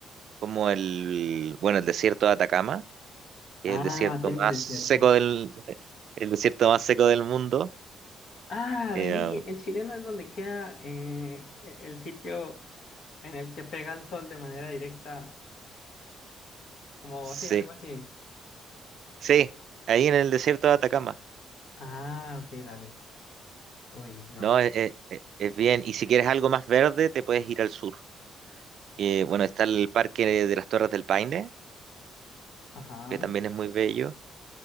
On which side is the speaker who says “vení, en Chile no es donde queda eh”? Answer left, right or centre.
Left